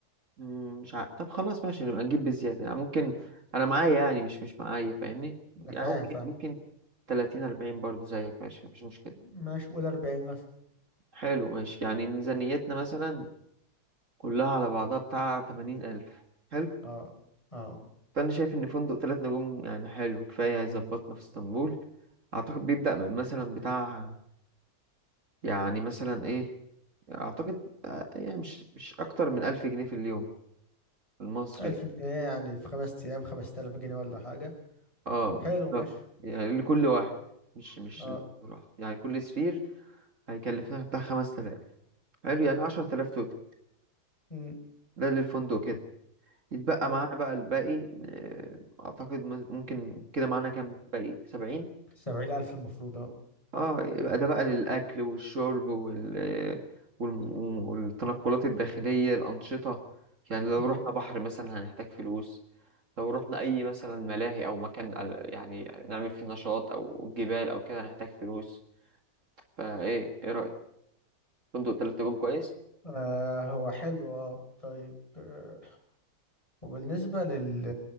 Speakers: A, on the right (about 50°); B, on the left (about 20°).
A: مم، مش عارف طب خلاص ماشي نبقى نجيب بزيادة يعني ممكن أنا معايا يعني مش مش معايا فاهمني
B: انا
A: يعني
B: فاهم
A: ممكن
B: فاهم
A: ممكن تلاتين أربعين برضو زيك ماشي مفيش مشكلة
B: ماشي قول 40 مثلا
A: حلو ماشي يعني ميزانيتنا مثلا كلها على بعضها بتاع تمانين ألف حلو
B: اه اه
A: فأنا شايف إن فندق تلات نجوم يعني حلو كفاية هيظبطنا في اسطنبول أعتقد بيبدأ من مثلا بتاع يعني مثلا إيه أعتقد آه، يعني مش مش أكتر من ألف جنيه في اليوم المصري
B: 1000 جنيه يعني في خمس ايام 5000 جنيه ولا حاجه
A: اه
B: طب حلو
A: بالظبط
B: ماشي
A: يعني لكل واحد مش مش
B: اه
A: لواحد. يعني كل سرير هيكلفنا بتاع 5000 حلو
B: م-
A: يعني 10000 توتال
B: م-
A: ده للفندق كده يتبقى
B: م.
A: معانا بقى الباقي آه، اعتقد م- ممكن كده معانا كام باقي 70
B: 70000 المفروض اه
A: اه يبقى ده بقى للاكل والشرب وال والم- والتنقلات الداخلية الأنشطة يعني لو
B: م.
A: رحنا بحر مثلا هنحتاج فلوس لو رحنا أي مثلا ملاهي أو مكان ال- يعني نعمل فيه نشاط أو جبال أو كده هنحتاج فلوس فايه ايه رأيك فندق تلات نجوم كويس
B: آه هو حلو اه طيب آه. وبالنسبه لل